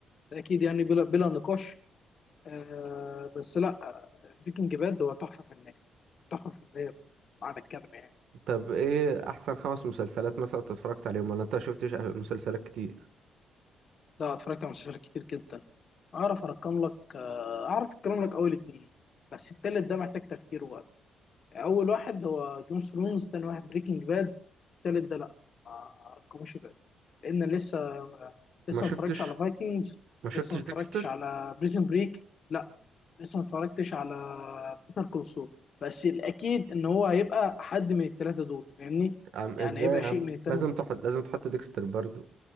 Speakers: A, on the left (about 50°); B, on the right (about 75°).
A: ده اكيد يعني بلا بلا نقاش آه بس لا آه، بريكنج باد هو تحفه فنيه تحفه فنيه معنى الكلمه يعني
B: طب ايه احسن خمس مسلسلات مثلا انت اتفرجت عليهم ولا انت شفتش مسلسلات كتير
A: لا اتفرجت على مسلسلات كتير جدا اعرف ارقم لك آه، اعرف ارقم لك اول اتنين بس التالت ده محتاج تفكير ووقت اول واحد هو جون ثرونز تاني واحد بريكنج باد التالت ده لا ما ارقموش دلوقتي لان لسه آه، لسه
B: ما شفتش
A: ما اتفرجتش على فايكنجز
B: ما شفتش
A: لسه ما
B: ديكستر
A: اتفرجتش على بريزن بريك لا لسه ما اتفرجتش على بيتر كولسول بس الاكيد ان هو هيبقى حد من الثلاثه دول فاهمني
B: عم
A: يعني
B: ازاي
A: هيبقى
B: يا عم
A: شيء من الثلاثه
B: لازم
A: دول
B: تحط لازم تحط ديكستر برضو